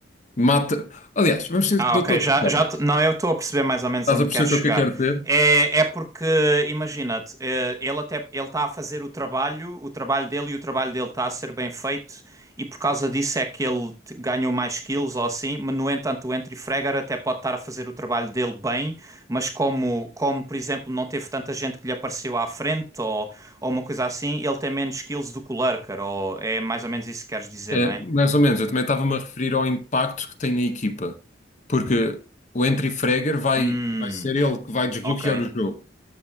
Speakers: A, on the left; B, on the right.
A: mata. Aliás, vamos dizer
B: Ah,
A: de
B: ok.
A: outra
B: Já,
A: forma.
B: já t- não, eu estou a perceber mais ou menos
A: Estás
B: onde
A: a
B: queres
A: perceber
B: chegar.
A: o que é que eu quero dizer?
B: É, é porque, imagina-te, eh, ele até ele está a fazer o trabalho, o trabalho dele e o trabalho dele está a ser bem feito, e por causa disso é que ele t- ganhou mais kills ou assim. Mas, no entanto, o Entry Fragger até pode estar a fazer o trabalho dele bem, mas como, como por exemplo, não teve tanta gente que lhe apareceu à frente ou, ou uma coisa assim, ele tem menos kills do que o Lurker, ou é mais ou menos isso que queres dizer,
A: É,
B: não é?
A: mais ou menos, eu também estava-me a referir ao impacto que tem na equipa, porque o entry fragger vai,
B: Hum,
A: vai ser ele que vai desbloquear
B: ok.
A: o jogo.